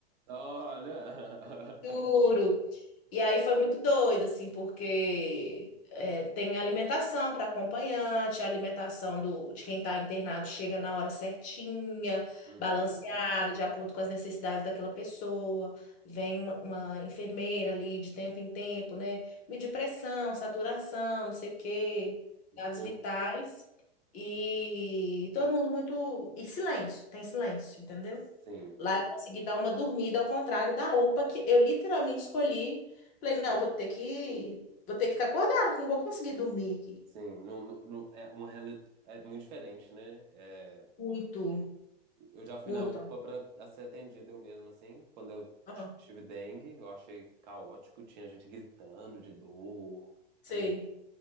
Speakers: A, on the right; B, on the left.
A: Olha!
B: Juro.
A: <laughs>
B: E aí foi muito doido, assim, porque é, tem alimentação para acompanhante, a alimentação do, de quem está internado chega na hora certinha,
A: Uhum.
B: balanceada, de acordo com as necessidades daquela pessoa. Vem uma, uma enfermeira ali de tempo em tempo, né? Medir pressão, saturação, não sei o quê, dados
A: Tô-
B: vitais. E todo mundo muito. E silêncio, tem silêncio, entendeu?
A: Sim.
B: Lá eu consegui dar uma dormida, ao contrário da UPA, que eu literalmente escolhi. Falei, não, vou ter que, vou ter que ficar acordada, que não vou conseguir dormir aqui.
A: Sim, não, não, não- é uma reali- é muito diferente, né? É,
B: Muito,
A: eu já fui
B: muito.
A: na UPA para ser atendido eu mesmo, assim. Quando eu
B: Ah,
A: ti- tive dengue, eu achei caótico, tinha gente gritando de dor.
B: sei,
A: É,